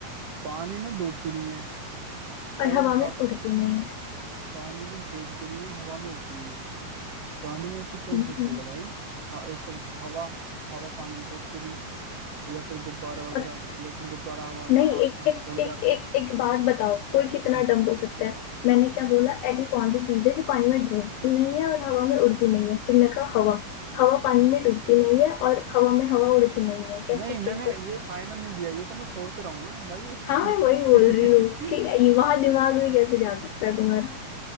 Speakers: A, on the right; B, on the left.
A: पानी में डूबती नहीं है
B: और
A: और
B: हवा में
A: ह-
B: उड़ती नहीं है
A: पानी में डूबती नहीं है हवा में उड़ती नहीं है, पानी में ऐसी कौन
B: हम्म।
A: सी चीज है भाई हाँ एक तो हवा हवा पानी में डूबती नहीं या फिर गुब्बारा वगैरह
B: और
A: लेकिन गुब्बारा हवा में
B: नहीं
A: आसमान
B: एक एक
A: में तोड़
B: एक
A: जाता है
B: एक एक बात बताओ कोई कितना
A: हम्म।
B: डम्ब हो सकता है मैंने क्या बोला ऐसी कौन सी चीज है जो पानी में डूबती नहीं है और हवा में उड़ती नहीं है तुमने कहा हवा हवा पानी में डूबती नहीं है और हवा में हवा उड़ती नहीं है कैसे
A: नहीं मैंने
B: कैसे
A: ये फाइनल नहीं दिया ये तो मैं सोच रहा हूँ मैं भाई
B: हाँ मैं वही बोल रही हूँ कि
A: <laughs>
B: वहां दिमाग भी कैसे जा सकता है तुम्हारा